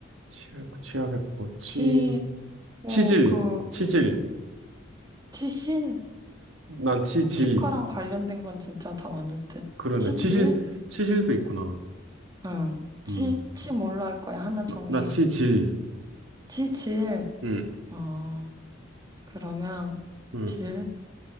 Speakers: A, on the right; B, on the right.
A: 치약, 치약했고, 치,
B: 치, 뭐,
A: 치질,
B: 그,
A: 치질,
B: 치실?
A: 난 치질.
B: 그래, 치과랑 관련된 건 진짜 다 많을 듯.
A: 그러네.
B: 치질?
A: 치실, 치실도 있구나.
B: 응. 치,
A: 음,
B: 치 뭘로 할 거야? 하나 정해.
A: 나, 나 치질.
B: 치질.
A: 음,
B: 어. 그러면
A: 음,
B: 질,